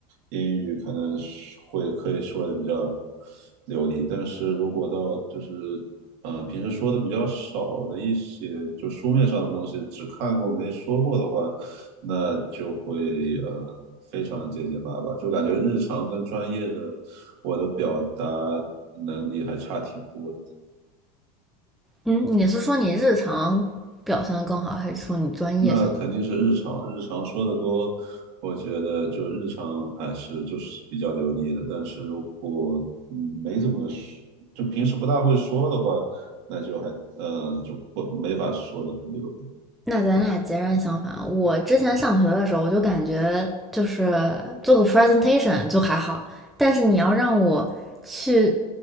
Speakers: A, on the right; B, in the centre.
A: 英语，可能是会可以说的比较流利，但是如果到就是呃平时说的比较少的一些，就书面上的东西，只看过没说过的话，那就会呃非常结结巴巴，就感觉日常跟专业的。我的表达能力还差挺多的。
B: 嗯，你是说你日常表现的更好，还是说你专业上？
A: 那肯定是日常，日常说的多，我觉得就日常还是就是比较流利的。但是如果嗯没怎么说，就平时不大会说的话，那就还呃就不没法说的很流
B: 那咱俩截然相反。我之前上学的时候，我就感觉就是做个 presentation 就还好，但是你要让我去，